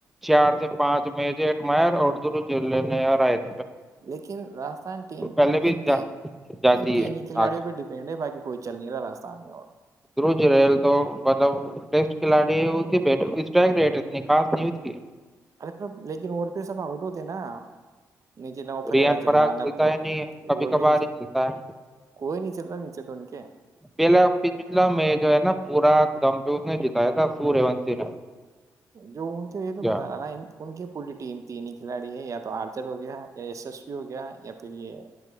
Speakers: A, in the centre; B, on the right.
A: چار سے پانچ م سے ایک می ا دور جلے آ رہ آ
B: لیکن راجستھان ٹیم
A: پہلے بھی
B: ان ت
A: جا- جاتی
B: ان تین
A: ہے
B: ہی کھلاڑیوں
A: آگے
B: پہ ڈپینڈ ہے باقی کوئی چل نہیں رہا رجستھان میں اور
A: دج رہیل تو مطلب ٹیسٹ کھلاڑی بی اتنی خص نہیں اس کی
B: ارے لیکن اور پھر سب آؤٹ ہوتے نا نیچے نہ وہ فریرا
A: ران
B: چل
A: پرراگ
B: رہا نہ
A: چلتا
B: وہ
A: ہے نہیں کبھی کبھار
B: بھی نیچے
A: ہی چلتا ہے
B: کوئی نہیں چل رہا نیچے تو ان کے
A: پہلاتلا میں جو ہے نا پورا دم پیو نے جتایا تھا سوری وونش نے
B: جو ان کے
A: کیا
B: یہ تو بتا رہا نا ان کی پوری ٹیم تین ہی کھلاڑی ہے یا تو آرچر ہو گیا یا سسوی ہو گیا یا پھر یہ